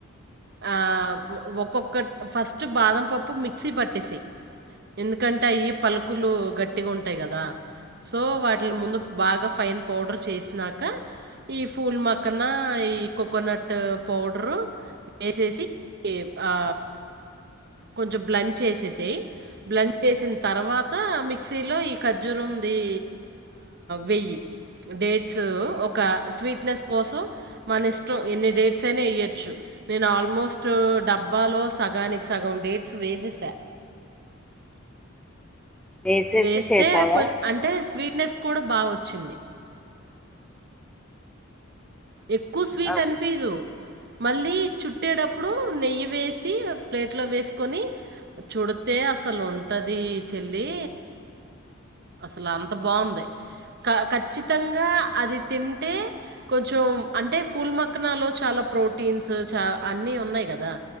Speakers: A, on the right; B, in the centre.
A: ఆ ఒక్కొక్క ఫస్ట్ బాదం పప్పు మిక్సీ పట్టేస ఎందుకంటే అవి పలుకులు గట్టిగా ఉంటాయి కదా సో వాటిల ముందు బాగా ఫైన్ పౌడర్ చేసినాక ఈ ఫూల్ మక్క పక్కన ఈ కోకోనట్ పౌడరు వేసేసి ఆ కొంచెం బ్లం చేసేసయి బ్లెండ్ చేసిన తర్వాత మిక్సీలో ఈ ఖజ్జూరంది వెయ్యి డేట్స్ ఒక స్వీట్నెస్ కోసం మన ఇష్టం ఎన్ని డైట్స్ అయినా ఇయ్యొచ్చు నేను ఆల్మోస్ట్ డబ్బా లో సగం సగం కాని సగం వేసేసా
B: వేసేసి
A: వేస్తే
B: చేసావా
A: అంటే స్వీట్నెస్ కూడా బాగా వచ్చింది ఎక్కువ స్వీట్
B: అవును
A: అనిపదు మళ్ళీ చుట్టేటప్పుడు నెయ్యి వేసి ప్లేట్ లో వేసుకొని చుడితే అసలు ఉంటది చెల్లి అసలు అంత బాగుంది క ఖచ్చితంగా అది తింటే కొంచెం అంటే పూల్ మక్కనలో చాలా ప్రోటీన్స్ చ అన్ని ఉన్నాయి్ కదా